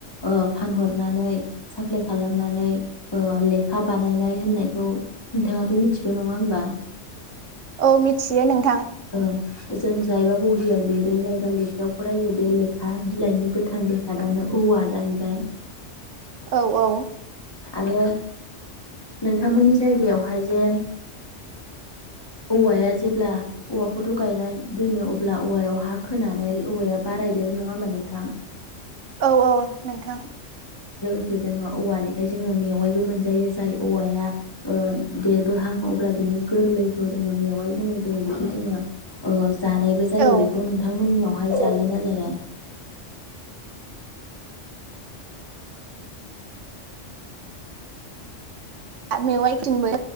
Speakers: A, on the left; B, on the right.
A: ओ फानहरनानै साप्लााय खालामनानै लेखा बानायनाय होननायखौ नोंथाङाथ' मिथिगौ नङा होमबा।
B: औ मिथियो नोंथां
A: ओ जों जायबा बहियाव लिरो जायबा लेखायाव फरायो बे लेखा बिलाइनि गोथां बेसादानो औवा जाहैबाय।
B: औ औ
A: आरो नोंथांमोननि जायगायावहाय ओ जे औवाया जेब्ला औवाखौथ' गायना दोनो अब्ला औवायाव हा खोनानै औवाया बारायदेरो नङा होमबा नोंथां।
B: औ औ नोंथां
A: जों औवानि ओमफाय जोङो मेवाइबो मोनजायो जाय औवाया ओ देरबोहां अब्ला बिनि गोरलैखौ जोङो मेवाइ बुंनाय जायो बेखौ जोङो ओ जानायबो जायो
B: औ
A: बेखौ नोंथांमोननियाव वाय जायोना जाया
B: आरो मेवाइथिंबो